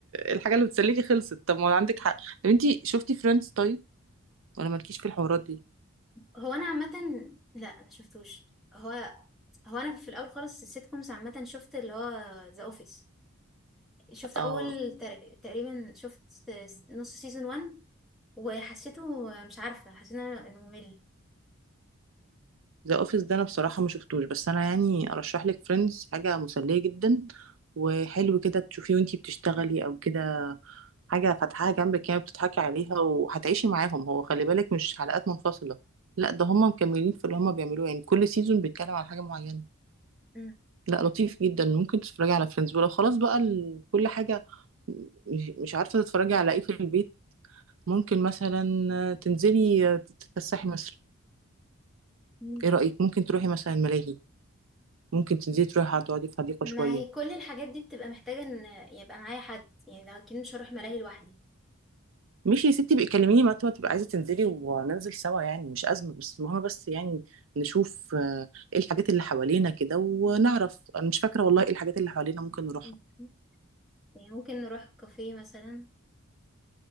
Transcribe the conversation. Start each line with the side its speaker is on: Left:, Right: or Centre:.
Right: الحاجه اللي بتسليكي خلصت طب ما عندك حق طب انت شفتي فريندز طيب ولا مالكيش في الحوارات دي
Centre: هو انا عامه لا ما شفتوش هو هو انا في الاول خالص السيت كومز عامه شفت اللي هو ذا اوفيس شفت اول
Right: اه
Centre: تر... تقريبا شفت نص سيزون 1 وحسيته مش عارفه حسيت إنه إنه ممل
Right: ذا اوفيس ده انا بصراحه ما شفتوش بس انا يعني ارشح لك فريندز حاجه مسليه جدا وحلو كده تشوفيه وانتي بتشتغلي او كده حاجه فاتحاها جنبك كده بتضحكي عليها وهتعيشي معاهم هو خلي بالك مش حلقات منفصله لا ده هم مكملين في اللي هم بيعملوه يعني كل سيزون بيتكلم على حاجه معينه
Centre: أمم.
Right: لا لطيف جدا ممكن تتفرجي على فريندز ولو خلاص بقى ال- كل حاجه مش مش عارفه تتفرجي على ايه في البيت ممكن مثلا تنزلي تتفسحي مصر
Centre: مم.
Right: ايه رايك ممكن تروحي مثلا الملاهي ممكن تنزلي تروحي هتقعدي في حديقة
Centre: ما
Right: شوية
Centre: هي كل الحاجات دي بتبقى محتاجه ان يبقى معايا حد يعني لو اكيد مش هروح ملاهي لوحدي
Right: ماشي يا ستي بقى كلميني متى ما تبقى عايزة تنزلي وننزل سوا يعني مش أزمة بس المهم بس يعني نشوف آه، ايه الحاجات اللي حوالينا كده ونعرف أنا مش فاكرة والله ايه الحاجات اللي حوالينا ممكن نروحها
Centre: مم. يعني ممكن نروح كافيه مثلا